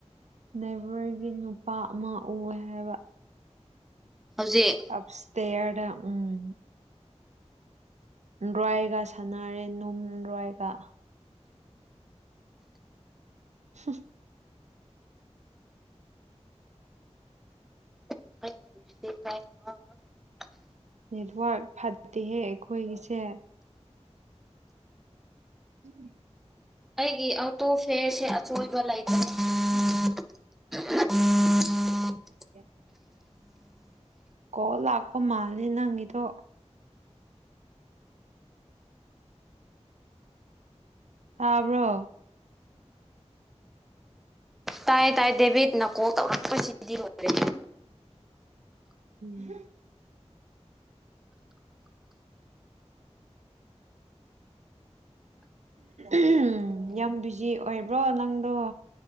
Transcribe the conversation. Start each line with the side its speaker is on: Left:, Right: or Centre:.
Right: ꯅꯅꯥꯦꯕꯔꯒꯤ ꯅꯨꯄꯥ ꯑꯃ ꯑꯣꯏ ꯍꯥꯏꯕ
Centre: ꯍꯧꯖꯤꯛ
Right: ꯑꯞꯁꯇꯌꯥ ꯎꯝ ꯔꯥꯏꯒ ꯁꯥꯟꯅꯔꯦ ꯅꯨꯡ ꯔꯣꯏꯒ <inaudible>
Centre: ꯅ
Right: ꯅꯦꯠꯋꯔꯛ ꯐꯠꯇꯦꯍꯦ ꯑꯩꯈꯣꯏꯒꯤꯁꯦ ꯎꯝ
Centre: ꯑꯩꯒꯤ ꯑꯥꯎ ꯇꯣ ꯐꯦꯔ ꯁꯤ <unintelligible> <inaudible> <unintelligible> <inaudible>
Right: <inaudible> ꯀꯣ ꯂꯥꯛꯄ ꯃꯥꯜꯂꯦ ꯅꯪꯒꯤꯗꯣ ꯇꯥꯕ꯭ꯔꯣ
Centre: ꯇꯥꯏ ꯇꯥꯏ ꯗꯦꯕꯤꯠꯅꯀꯣ ꯇꯧꯔꯛꯄꯁꯤꯗꯤ ꯂꯣꯏꯔꯦ
Right: ꯎꯝ ꯎꯝ ꯌꯥꯝ ꯕꯤꯖꯤ ꯑꯣꯏꯕ꯭ꯔꯣ ꯅꯪꯗꯣ